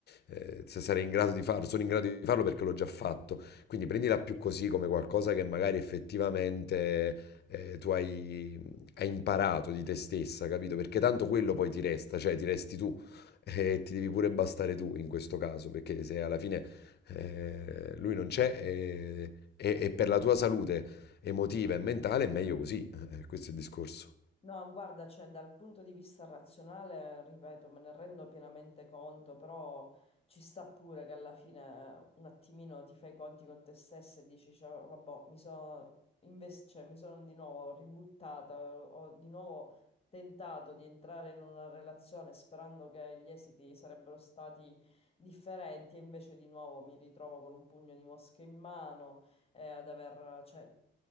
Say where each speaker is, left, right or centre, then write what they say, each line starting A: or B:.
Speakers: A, on the left (about 55°); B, on the left (about 30°).
A: eh, se sarei in grado di farlo, sono in grado di farlo perché l'ho già fatto. Quindi prendila più così come qualcosa che magari effettivamente eh, tu hai, hai imparato di te stessa, capito? Perché tanto quello poi ti resta, cioè ti resti tu e ti devi pure bastare tu in questo caso, perché se alla fine eh, lui non c'è e, e- e per la tua salute emotiva e mentale è meglio così, Eh, questo è il discorso.
B: No, guarda, cioè dal punto di vista razionale, ripeto, me ne rendo pienamente conto, però ci sta pure che alla fine eh, un attimino ti fai i conti con te stessa e dici, cioè, vabbè, mi sono inves- cioè, mi sono di nuovo ributtata, ho di nuovo tentato di entrare in una relazione sperando che gli esiti sarebbero stati differenti e invece di nuovo mi ritrovo con un pugno di mosche in mano e ad aver, cioè,